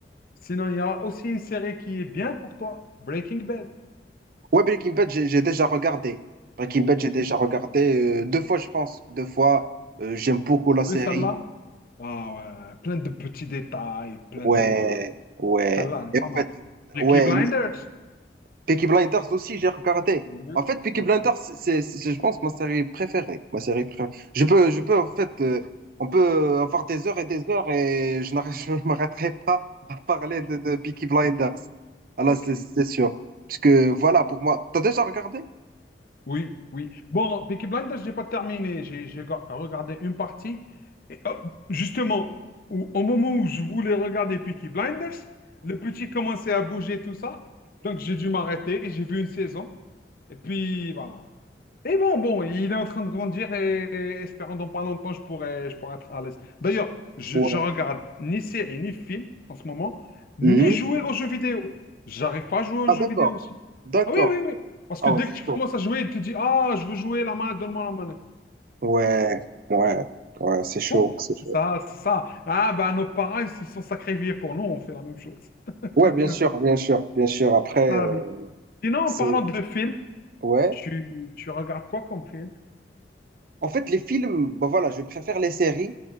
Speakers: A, on the left; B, on the right.
A: sinon, il y a aussi une série qui est bien pour toi, Breaking Bad.
B: Ouais, Breaking Bad, j'ai j'ai déjà regardé. Breaking
A: Ouh,
B: Bad, j'ai déjà regardé
A: là.
B: euh, deux fois, je pense. Deux fois. Euh, j'aime beaucoup la
A: T'as
B: série.
A: vu celle-là? Ah ouais, plein de petits détails, plein
B: Ouais,
A: de... Ah,
B: ouais.
A: celle-là, elle est
B: Et
A: pas
B: en
A: mal.
B: fait,
A: Peaky
B: ouais,
A: Blinders.
B: Peaky Blinders aussi, j'ai regardé.
A: Ouais,
B: En fait, Peaky
A: ouais,
B: Blinders, c'est, c'est, c'est, je pense, ma série préférée. Ma série préférée. Je peux, je peux, en fait, euh, on peut avoir des heures et des heures et je n'arrête- <laughs> je ne m'arrêterai pas à parler
A: ouais.
B: de, de Peaky Blinders. Alors,
A: Ok.
B: c'est c'est sûr. Parce que, voilà, pour moi, t'as déjà regardé?
A: Oui, oui. Bon, Peaky Blinders, j'ai pas terminé. J'ai j'ai ga- regardé une partie. Et, oh, justement, au au moment où je voulais regarder Peaky Blinders, le petit commençait à bouger, tout ça. Donc, j'ai dû m'arrêter. J'ai vu une saison. Et puis, voilà. Mais bon, bon, il est en train de grandir et, et espérant dans pas longtemps, je pourrais, je pourrais être à l'aise. D'ailleurs, je,
B: Ouais.
A: je regarde ni série, ni film en ce moment, ni
B: Mhm.
A: jouer aux jeux vidéo. J'arrive pas à jouer aux
B: Ah,
A: jeux
B: d'accord,
A: vidéo aussi.
B: d'accord.
A: Ah oui, oui, oui. Parce
B: Ah
A: que dès
B: ouais, c'est
A: que tu commences
B: chaud.
A: à jouer, tu te dis, ah, je veux jouer, la manette, donne-moi la manette.
B: Ouais,
A: Et puis,
B: ouais, ouais, c'est chaud,
A: bon,
B: c'est chaud.
A: ça, c'est ça. Ah, ben, nos parents, ils se sont sacrifiés pour nous, on fait la même chose. <laughs>
B: Ouais, bien sûr, bien sûr, bien sûr. Après,
A: Voilà
B: euh,
A: la vie. Sinon,
B: c'est...
A: en parlant de films,
B: Ouais.
A: tu, tu regardes quoi comme film?
B: En fait, les films, bah voilà, je préfère les séries.